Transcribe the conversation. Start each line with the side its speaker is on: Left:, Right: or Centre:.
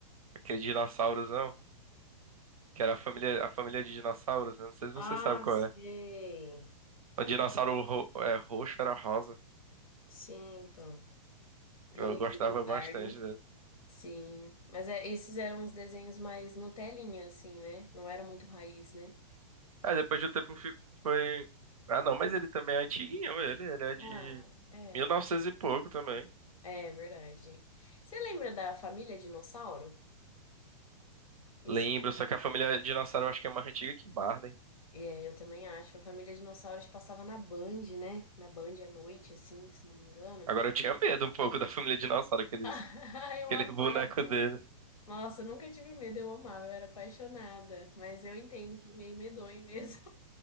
Right: aquele dinossaurozão, que era a família, a família de dinossauros, né? Não sei se
Left: Ah,
Right: você sabe qual
Left: sei.
Right: é. O dinossauro ro- é, roxo era rosa.
Left: Sim, então. Eu
Right: Eu
Left: lembro
Right: gostava
Left: do Barney.
Right: bastante né?
Left: Sim, mas é, esses eram os desenhos mais Nutelinha, assim, né? Não era muito raiz, né?
Right: Aí depois de um tempo fi- foi. Ah, não, mas ele também é antiguinho, ele. Ele é de
Left: Ah, é,
Right: mil e novecentos e pouco também.
Left: é verdade. Você lembra da Família Dinossauro? Isso,
Right: Lembro, só que a família dinossauro eu acho que é mais antiga que Barney.
Left: é, eu também acho. A Família Dinossauro acho que passava na Band, né? Na Band à noite, assim, se não me engano.
Right: Agora eu tinha medo um pouco da família dinossauro, aqueles,
Left: <laughs> Eu
Right: aquele
Left: amava.
Right: boneco dele.
Left: Nossa, eu nunca tive medo, eu amava, eu era apaixonada. Mas eu entendo que é meio medonho mesmo.